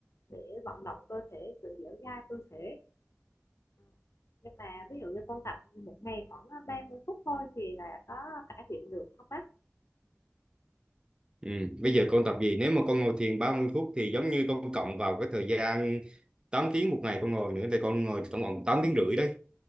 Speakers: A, on the left (about 75°); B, on the right (about 20°).
A: để vận động cơ thể sự dẻo dai cơ thể Ờ, nhưng mà ví dụ như con tập một ngày khoảng ờ, 30 phút thôi thì là có cải thiện được không bác
B: Ừ. Bây giờ con tập gì? Nếu mà con ngồi thiền 30 phút thì giống như con cộng vào cái thời gian 8 tiếng một ngày con ngồi nữa thì con ngồi tổng cộng 8 tiếng rưỡi đấy.